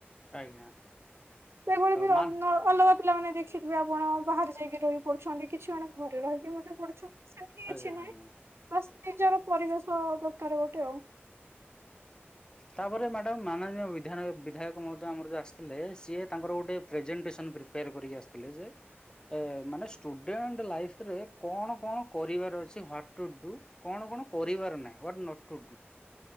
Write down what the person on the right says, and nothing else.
ସେଭଳି ବି
ଅଲଗା ପିଲାମାନେ ଦେଖିଥିବେ ଆପଣ ବାହାରେ ଯାଇକି ରହିକି ପଢ଼ୁଛନ୍ତି କିଛି ମାନେ ଘରେ ରହିକି ମଧ୍ୟ ପଢୁଛନ୍ତି। ଏମିତି
କିଛି ନାଇଁ
ବାସ ନିଜର ପରିବେଶ ଦରକାର ହେବ। ଆଉ।